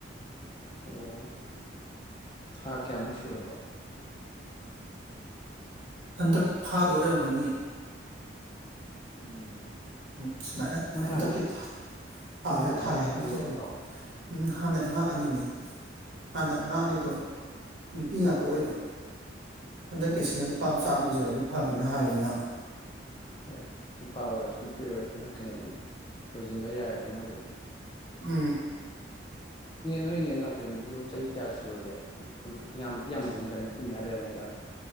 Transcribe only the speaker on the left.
ꯑꯣ ꯊꯥ ꯀꯌꯥꯃꯨꯛ ꯁꯨꯔꯕ
ꯎꯝ
ꯃꯣꯏ
ꯍꯥꯟꯅ
ꯃꯣꯏ ꯍꯥꯟꯅ
ꯑꯉꯥꯡ
ꯑꯅꯤ
ꯅꯠꯇ꯭ꯔꯣ
ꯎꯝ
ꯑꯣ ꯑꯗꯨꯒꯤꯀꯣ
ꯍꯣꯏ ꯅꯨꯄꯥ ꯑꯣꯏꯔꯁꯨ ꯅꯨꯄꯤ ꯑꯣꯏꯔꯁꯨ ꯍꯟꯗꯛꯀꯤꯅ ꯑꯗꯨꯝ ꯂꯣꯏꯁꯤꯟꯕ ꯌꯥꯔꯦꯗ ꯃꯣꯏꯗꯤ
ꯅꯣꯏꯅꯦ ꯅꯥꯎꯕꯦꯝꯗꯨꯕꯨ ꯆꯍꯤ ꯀꯌꯥ ꯁꯨꯔꯒꯦ ꯀꯨꯟ ꯌꯥꯝꯗꯤ ꯌꯥꯝꯃꯅꯤꯗ ꯅꯤꯐꯨ ꯃꯌꯥ ꯂꯩꯔꯝꯃꯅꯤꯗ